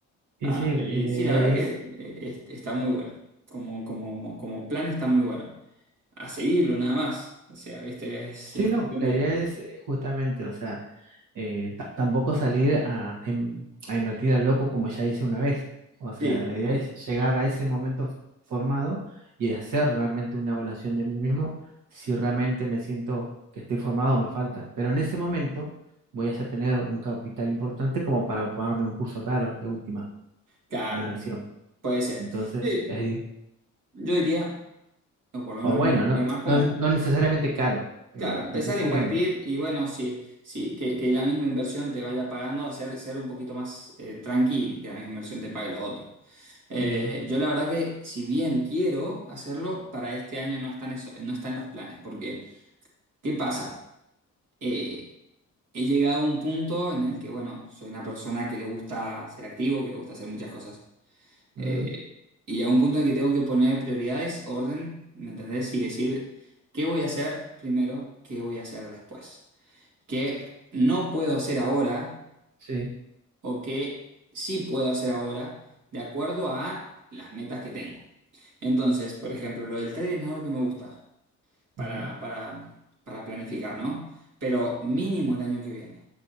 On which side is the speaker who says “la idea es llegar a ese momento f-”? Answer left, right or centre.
Right